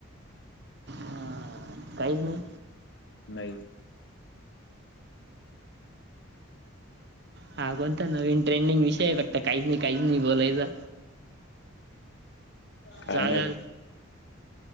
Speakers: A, on the right; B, on the left.
A: हा, काहीच नाही
B: नाही
A: हा कोणता नवीन ट्रेंडिंग विषय बघता काहीच नाही काहीच नाही बोलायचा
B: काय
A: जागा
B: माहित